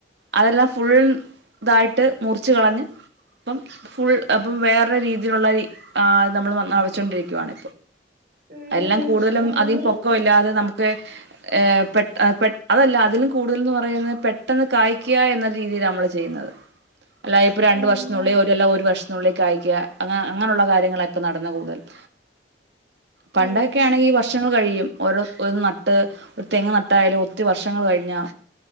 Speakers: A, on the right; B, on the right.
A: അതെല്ലാം ഫുൾ ഇതായിട്ട് മുറിച്ച് കളഞ്ഞ് ഇപ്പം ഫുൾ അപ്പം വേറെ രീതിയിലുള്ള ആഹ് നമ്മൾ നവച്ചൊണ്ടിരിക്കയാണ്
B: ഉം
A: എല്ലം കൂടുതലും
B: ഇതിന്
A: അധികം പൊക്കവില്ലാതെ നമുക്ക് ഏഹ് പെ പെട്ട അതല്ല അതിലും കൂടുതല്ന്ന് പറയുന്നേ പെട്ടെന്ന് കായ്ക്കാ എന്ന രീതിയിലാ നമ്മള് ചി ചെയ്യുന്നത് അല്ലാതെ ഇപ്പോ രണ്ട്
B: ഉം
A: വർഷത്തിനുള്ളിൽ അല്ല ഒരു വർഷ ത്തിനുള്ളി കായ്ക്കാ അങ്ങ അങ്ങനുള്ള കാര്യങ്ങളാ ഇപ്പൊ നടക്കുന്നേ കൂടുതലും പണ്ടൊക്കെ
B: ഉം
A: ആണെങ്കി വർഷങ്ങൾ കഴിയും ഓരോ ന്ന് നട്ട് ഒരു തെങ്ങ് നട്ടായാലും ഒത്തിരി വർഷങ്ങൾ കഴിഞ്ഞാ